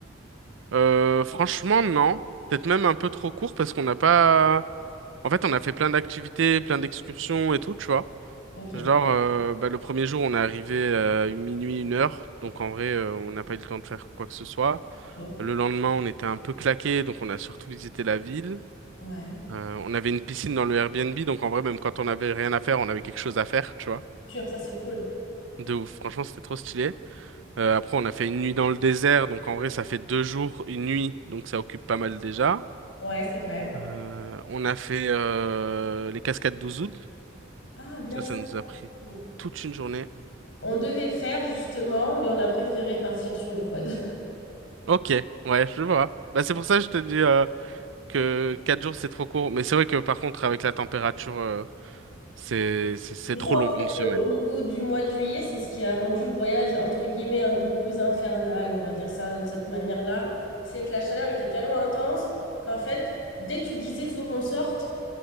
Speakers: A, on the right; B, on the left.
A: Euh, franchement, non. Peut-être même un peu trop court parce qu'on n'a pas. En fait, on a fait plein d'activités, plein d'excursions et tout, tu vois.
B: Ok.
A: Genre, euh, bah, le premier jour, on est arrivé à minuit, une heure. Donc, en vrai, euh, on n'a pas eu le temps de faire quoi que ce soit.
B: Sûr.
A: Le lendemain, on était un peu claqué, donc on a surtout visité la ville.
B: Ouais.
A: Euh, on avait une piscine dans le Airbnb, donc en vrai, même quand on n'avait rien à faire, on avait quelque chose à faire, tu vois.
B: Sûr, ça c'est cool.
A: De ouf, franchement, c'était trop stylé. Euh, après, on a fait une nuit dans le désert, donc en vrai, ça fait deux jours, une nuit, donc ça occupe pas mal déjà.
B: Ouais, c'est vrai.
A: Euh, on a fait euh, les cascades d'Ouzoud.
B: Ah, bien
A: Ça,
B: ça.
A: ça nous a pris
B: c'est beau.
A: toute une journée.
B: On devait faire justement, mais on a préféré partir sur le quad.
A: Ok, ouais, je vois. Bah, c'est pour ça que je te dis euh, que quatre jours, c'est trop court. Mais c'est vrai que par contre, avec la température, euh, c'est c'est
B: <laughs>
A: c'est
B: Et
A: trop
B: ça,
A: long,
B: en fait,
A: une semaine.
B: euh, au niveau du mois de juillet, c'est ce qui a rendu le voyage, entre guillemets, un peu plus infernal, on va dire ça de cette manière-là. C'est que la chaleur était tellement intense qu'en fait, dès que tu te disais faut qu'on sorte,